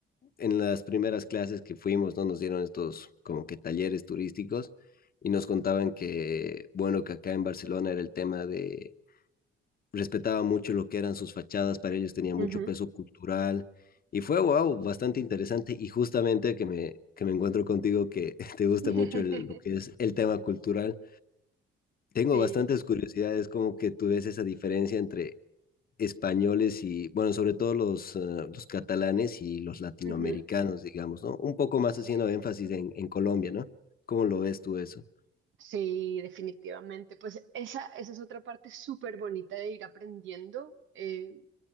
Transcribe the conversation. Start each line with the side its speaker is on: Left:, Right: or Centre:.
Left: en las primeras clases que fuimos, ¿no? Nos dieron estos como que talleres turísticos y nos contaban que, bueno, que acá en Barcelona era el tema de, respetaba mucho lo que eran sus fachadas, para ellos tenía
Right: ujú.
Left: mucho peso cultural. Y fue, wow, bastante interesante y justamente que me, que me encuentro contigo que <laughs> te gusta
Right: <laughs>
Left: mucho el, lo que es el tema cultural. Tengo
Right: Sí,
Left: bastantes curiosidades, como que tú ves esa diferencia entre españoles y, bueno, sobre todo los, eh, los catalanes y los latinoamericanos,
Right: ujú.
Left: digamos, ¿no? Un poco más
Right: Uy, sí.
Left: haciendo énfasis en, en Colombia, ¿no? ¿Cómo lo ves tú eso?
Right: Sí, definitivamente. Pues esa, esa es otra parte súper bonita de ir aprendiendo. Eh,